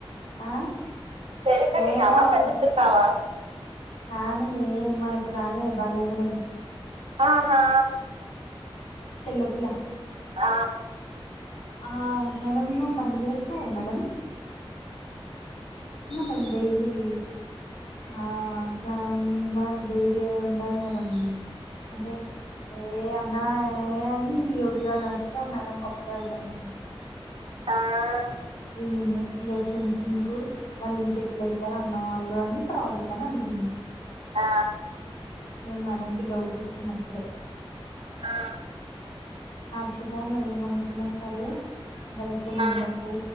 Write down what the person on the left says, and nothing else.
ఆ
ఏ కాదు
ఆమెనే మనకు రాలేద భర్య మెడం
తెల్ల పిల్ల
ఆ మేడం నువ్వు బండి మీద వస్తావు మేడం మేడం డైలీ ఆ అట్లా మీ ఇలా డైరీ ఉండాలి మేడం అంటే ఏ అన్నా ఏ అని యోగి వాళ్ళు అంటుంటే ఆ మేడం కప్పు దమేన్
ఏం చిల్లర్ ఫ్రెండ్స్ నీకు వాళ్ నీకే ఎట్లయితరు అన్నవాళ్ళు అని ప్రవళికని అడిగింది
ఏ మేడంకిి డౌట్ వచ్చినప్పుడే
అర్షిత నువ్ ఏమనుకున్నా సరే వాళ్ళతోన్
ఉండకు